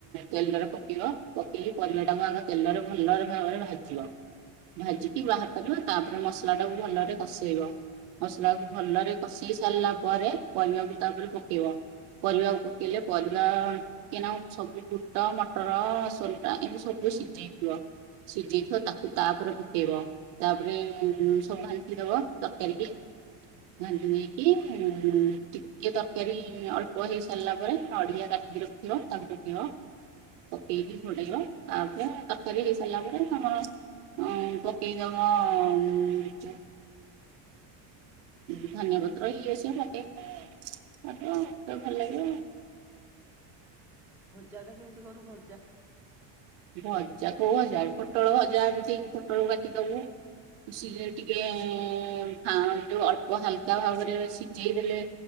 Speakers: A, on the right (about 65°); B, in the centre.
A: ତେଲରେ ପକେଇବ ପକେଇକି ପରିବା ଟାକୁ ଆଗ ତେଲରେ ଭଲ ଭାବରେ ଭାଜିବ। ଭାଜିିକ ବାହାର କରିବ, ତାପରେ ମସଲା ଟାକୁ ଭଲରେ କଷେଇବ। ମସଲା କୁ ଭଲରେ କଷେଇି ସାରିଲା ପରେ ପରିବାକୁ ତାପରେ ପକେଇବ। ପରିବାକୁ ପକେଇଲେ ପରିବା କେନା ସବୁ ବୁଟ, ମଟର, ସୋଲା ଏମତି ସବୁ ସିଝେଇଥିବ। ସିଝଇଥବ ତାକୁ ତାପରେ ପ ପକେଇବ ତାପରେ ସବୁ ଘଣ୍ଟି ଦବ ତରକାରୀ କି। ଘାଣ୍ଟି ଦେଇକି ଟିକେ ତରକାରୀ ଅଳ୍ପ ହେଇ ସାରିଲା ପରେ ନଡିଆ କାଟିକି ରଖ ଥିବ ତାକୁ ପକେଇବ। ପକେଇକି ଘଡେଇବ ତାପରେ ତରକାରୀ ହେଇସାରିଲା ପରେ ତମର ଅଁ ପକେଇଦବ ଅଁ ଯୋ ଧନିଆ ପତ୍ର ଇଏ ସିଏ ପକେଇବ ଭଲ ଲାଗିବ ଆଉ
B: ଭଜା ଟା କେମିତି କରୁ ଭଜା?
A: ଭଜା କୋଉ ଭଜା ପୋଟଳ ଭଜା ଏମତି ପୋଟଳକୁ କାଟିଦବୁ ସିଏ ଟିକେ ଆଁ ଯୋଉ ଅଳ୍ପ ହାଲକା ଭାବରେ ସିଝେଇ ଦେଲେ